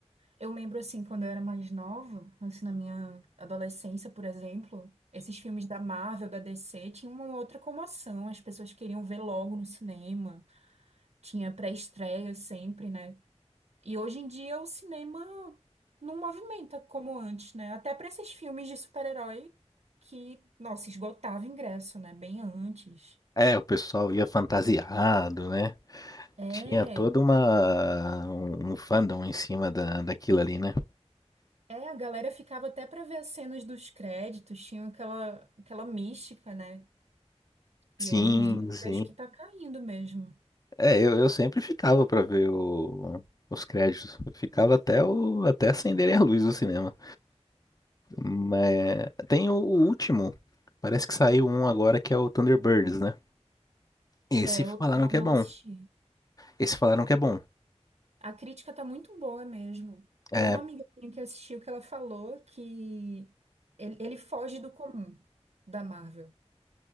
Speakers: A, on the right; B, on the left.
A: eu lembro, assim, quando eu era mais nova, assim, na minha adolescência, por exemplo, esses filmes da Marvel, da DC, tinham uma outra comoção, as pessoas queriam ver logo no cinema, tinha pré-estreia sempre, né? E hoje em dia o cinema não movimenta como antes, né? Até para esses filmes de super-herói que, nossa, esgotava ingresso, né? Bem antes.
B: É, o pessoal ia fantasiado, né?
A: É,
B: Tinha toda uma um um fandom em cima da, daquilo ali, né?
A: é, a galera ficava até para ver as cenas dos créditos, tinha aquela, aquela mística, né?
B: Sim,
A: E hoje em dia eu
B: sim.
A: vejo que tá caindo mesmo.
B: É, eu, eu sempre ficava pra ver o- os créditos. Eu ficava até o até acenderem a luz do cinema. Mas tem o, o último. Parece que saiu um agora que é o Thunderbirds, né? Esse
A: É,
B: falaram
A: eu, eu
B: que
A: não
B: é bom.
A: assisti.
B: Esse falaram que é bom.
A: A crítica tá muito boa mesmo. Teve
B: É,
A: uma amiga minha que assistiu que ela falou que ele, ele foge do comum da Marvel.